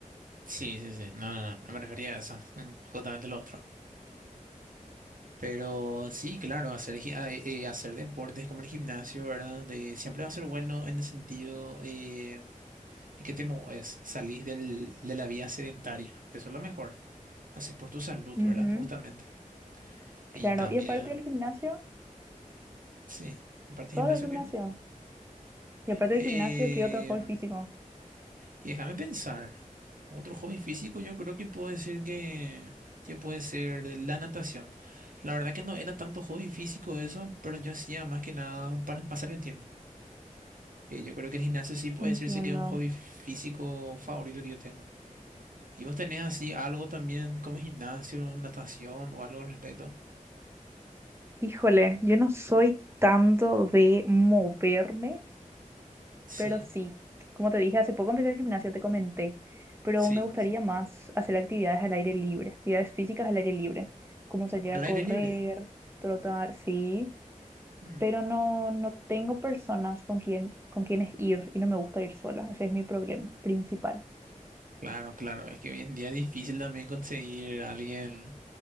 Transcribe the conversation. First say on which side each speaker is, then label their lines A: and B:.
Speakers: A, on the right; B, on the right.
A: sí, sí, sí. No, no, no. No me refería a eso. <laughs> Justamente lo otro. Pero sí, claro, hacer, gi- ah, eh, eh, hacer deportes como el gimnasio, ¿verdad? De, siempre va a ser bueno en el sentido eh, que te mueves, salís del, de la vía sedentaria. Eso es lo mejor. Haces por tu salud,
B: Ujú,
A: ¿verdad? Justamente. Y
B: Claro.
A: también,
B: Y aparte del gimnasio,
A: sí. Aparte
B: solo
A: del gimnasio,
B: el gimnasio.
A: ¿qué?
B: Y aparte
A: Eh,
B: del gimnasio, ¿qué otro hobby físico?
A: Y déjame pensar. Otro hobby físico, yo creo que puedo decir que, que puede ser la natación. La verdad que no era tanto hobby físico eso, pero yo hacía más que nada para pasar el tiempo. Eh, yo creo que el gimnasio sí puede
B: Entiendo.
A: decirse que es un hobby físico favorito que yo tengo. ¿Y vos tenés así algo también como gimnasio, natación o algo al respecto?
B: Híjole, yo no soy tanto de moverme,
A: Sí,
B: pero sí, como te dije, hace poco empecé el gimnasio, te comenté, pero
A: sí,
B: me gustaría
A: sí, sí.
B: más hacer actividades al aire libre, actividades físicas al aire libre, como salir
A: Al
B: a correr,
A: aire libre.
B: trotar, sí,
A: Mm.
B: pero no, no tengo personas con quien, con quienes ir y no me gusta ir sola, ese es mi problema principal.
A: Claro, claro. Es que hoy en día es difícil también conseguir a alguien